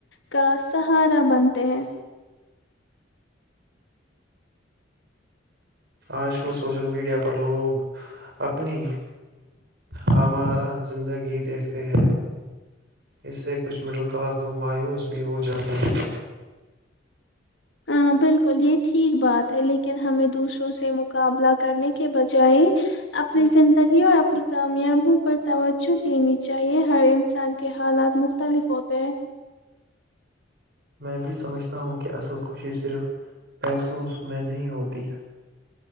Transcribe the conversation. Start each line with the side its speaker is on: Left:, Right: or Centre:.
Left: کا سہارا بنتے ہیں
Right: آج کل سوشل میڈیا پر لوگ اپنی ہمارہ زندگی دیکھتے ہیں اس سے کچھ مڈل کلاس لوگ مایوس بھی ہو جاتے ہیں
Left: ہاں بالکل یہ ٹھیک بات ہے لیکن ہمیں دوسروں سے مقابلہ کرنے کے بجائے اپنی زندگی اور اپنی کامیابوں پر توجہ دینی چاہیے، ہر انسان کے حالات مختلف ہوتے ہیں <unintelligible>
Right: میں بھی سمجھتا ہوں کہ اصل خوشی صرف پحسوس میں نہیں ہوتی